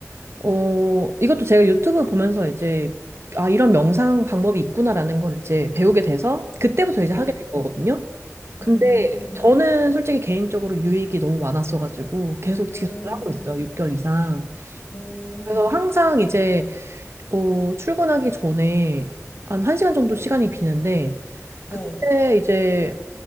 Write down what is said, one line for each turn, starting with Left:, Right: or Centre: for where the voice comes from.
Right: 어, 이것도 제가 유튜브 보면서 이제, 아, 이런 명상 방법이 있구나라는 걸 이제 배우게 돼서, 그때부터 이제
Left: 네.
Right: 하게 된 거거든요. 근데
Left: 음,
Right: 저는 솔직히 개인적으로 유익이 너무 많았어가지고, 계속
Left: 음,
Right: 지속을 하고 있어요. 6개월 이상.
Left: 음,
Right: 그래서 항상 이제, 어, 출근하기 전에 한 1시간 정도 시간이 비는데
Left: 네.
Right: 그때 이제